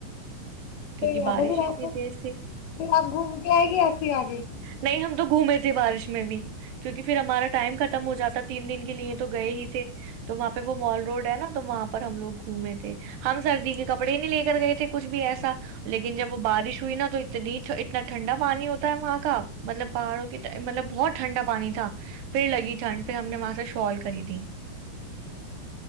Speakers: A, on the right (about 75°); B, on the left (about 75°).
A: کیونکہ
B: صحیح بات
A: بارش
B: ہے پھر
A: ہی اتنی
B: آپ کو
A: تیز تھی
B: پھر آپ گھوم کے آئے گی ایسے ہی آگے
A: نہیں ہم تو گھومے تھے بارش میں بھی کیونکہ پھر ہمارا ختم ہو جاتا تین دن کے لیے تو گئے ہی تھے تو وہاں پہ وہ مال روڈ ہے نا تو وہاں پہ ہم لوگ گھومے تھے ہم سردی کے کپڑے ہی نہیں لے کر گئے تھے کچھ بھی ایسا لیکن جب بارش ہوئی نا تو تو نیچ اتنا ٹھنڈا پانی ہوتا ہے وہاں کا مطلب باڑوں کی مطلب بہت ٹھنڈا پانی تھا پھر لگی ٹھنڈ پھر ہم نے وہاں سے شال خریدی